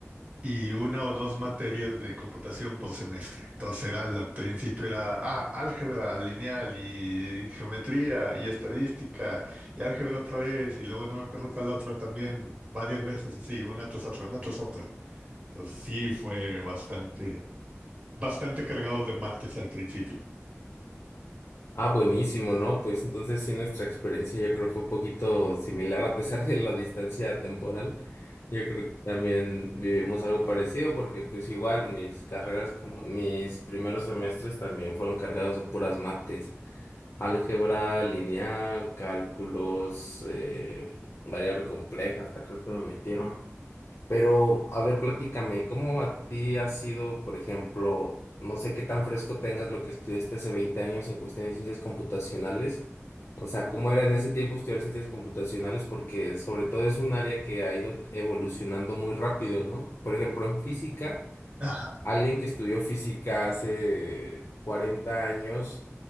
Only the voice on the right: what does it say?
y una o dos materias de computación por semestre. Entonces era, al principio era, ah, álgebra lineal y geometría y estadística y álgebra otra vez y luego no me acuerdo cuál otra también, varias veces así, una tras otra, una tras otra. Entonces sí fue bastante, bastante cargado de mates al principio.
Ajá.